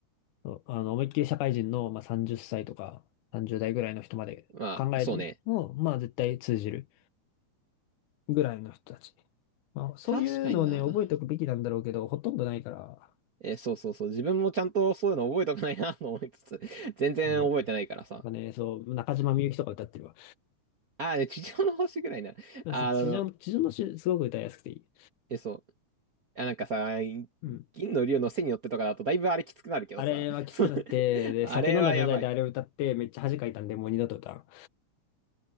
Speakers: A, on the left; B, on the right.
A: そうあの、思いっきり社会人の、まあ、30歳とか30代ぐらいの人まで考えても、
B: まあ、そうね。
A: まあ絶対通じるぐらいの人たち。まあそういうのをね、
B: 確かにな。
A: 覚えておくべきなんだろうけど、ほとんどないから、
B: え、そうそうそう。自分もちゃんとそういうの覚えたくないな、と思いつつ、<laughs> 全然覚えてないからさ。
A: もう、まあね、そう、中島みゆきとか歌ってるわ。
B: ああ、で、地上の星ぐらいな。あの、
A: そう地上、地上の詩、すごく歌いやすくていい。
B: え、そう。あ、なんかさ、
A: うん。
B: 銀の竜の背に乗ってとかだと、だいぶあれきつくなるけどさ。
A: あれはきつくなって、
B: <laughs>
A: で、
B: あれはやばい。
A: 酒飲んだ状態であれを歌って、めっちゃ恥かいたんで、もう二度と歌わん。